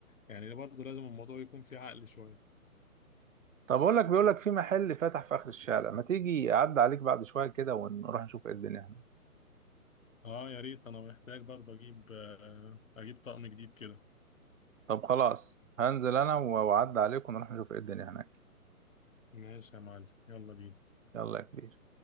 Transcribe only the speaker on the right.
طب اقول لك بيقول لك في محل فتح في اخر الشارع ما تيجي اعدي عليك بعد شويه كده ونروح نشوف ايه الدنيا هناك
طب خلاص هنزل انا واعدي عليك ونروح نشوف ايه الدنيا هناك
يلا يا كبير